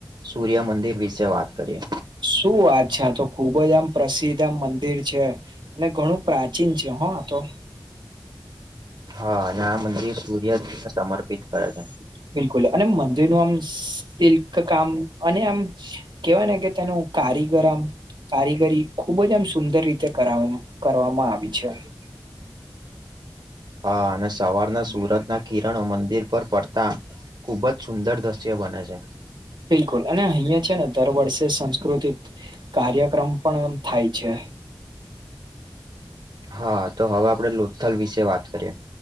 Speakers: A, on the right; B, on the right.
A: સૂર્યમંદિર વિશે વાત કરીએ
B: શું વાત છે આ તો ખુબ જ આમ પ્રસિદધ આમ મંદિર છે અને ઘણું પ્રાચીન છે હા તો
A: હા અને આ મંદિર સૂર્ય સમર્પિત કરે છે
B: બિલકુલ અને મંદિર ન આમ તલક કામ અને આમ કેવાય ને કે તેનું કારીગરમ કારીગરી ખુબ જ આમ સુંદર રીતે કર કરવામાં આવી છે
A: <inaudible> હ અને સવારના સુરત ના કિરણ મંદિર પર પડતા ખુબ જ સુંદર દ્રશ્ય બને છે
B: બિલકુલ અને અહિયાં છે ને દર વર્ષે સંસ્કૃતિક કાર્યક્રમ પણ થાય છે
A: હા તો હવે આપડે લોથથલ વિશે વાત કરીએ